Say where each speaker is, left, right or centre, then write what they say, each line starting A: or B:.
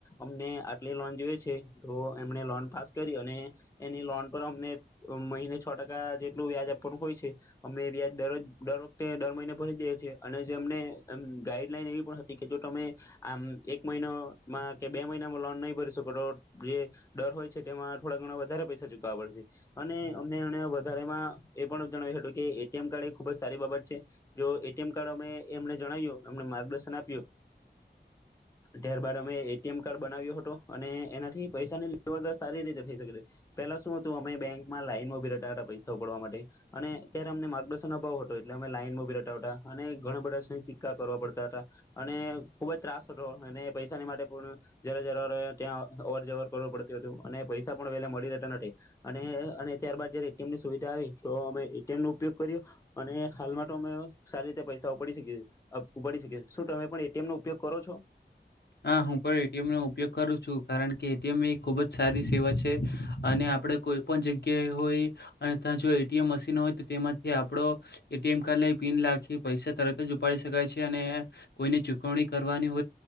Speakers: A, on the left (about 15°); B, on the left (about 65°).
A: અમને આટલી લોન જોઈએ છે તો એમને લોન પાસ કરી અને એની લોન પર અમને મહિને છ ટકા જેટલું વ્યાજ આપવાનું હોય છે. અમને વ્યાજ દરરોજ દર વખતે દર મહિને ભરી દઈએ છીએ. અને જો એમને ગાઈડલાઈન એવી પણ હતી કે જો તમે આમ એક મહિનોમાં કે બે મહિનામાં લોન નહી જે ડર હોય છે તેમાં થોડા ઘણા વધારે પૈસા ચૂકવવા પડશે અને અમને એ વધારેમાં એ પણ જણાવ્યું હતું કે એટીમ કાર્ડ એ ખુબ જ સારી બાબત છે જો એટીમ કાર્ડ અમે એમને જણાવ્યું એમ માર્ગદર્શન આપ્યું ત્યારબદ અમે એટીએમ કાર્ડ બનાવ્યો હતો અને એનાથી પૈસાની જબરદસ્ત સારી રીતે થઈ શકે પેલા શું હતું અમે બેંકમાં લાઈનમાં ઉભા રહેતા હતા પૈસા ઉપડવા માટે અને ત્યારે અમને માર્ગદર્શનનો અભાવ હતો એટલે અમે લાઈનમાં ઉભા રહતા હતા અને ઘણા બધા સિક્કા કરવા પડતા હતા અને ખુબ જ ત્રાસ હતો અને પૈસા માટે પણ જરા જરા ત્યાં અવર જવર કરવું પડતું હતું અને પૈસા પણ વહેલે મળી રહેતા નથી અને અને ત્યારબાદ જયારે એટીએમની સુવિધા આવી તો અમેટીએમ નો ઉપયોગ કર્યો અને હાલમાં તો અમે સારી રીતે પૈસા ઉપડી શકી ઉપડી શકી શું તમે પણ એટીએમ નો ઉપયોગ કરો છો
B: હા હું પણ એટીએમનોો ઉપયોગ કરું છું કારણ કે એટીએમ એ ખુબ જ સારી સેવા છે અને આપડે કોઈ પણ જગ્યાએ હોય અને ત્યા જો એટીએમ મશીન હોય તો તેમાંથી આપડો એટીએમ કાર્ડ લ પિન લખી પૈસા તરત જ ઉપાડી શકાય છે અને કોઈને ચુકવણી કરવાની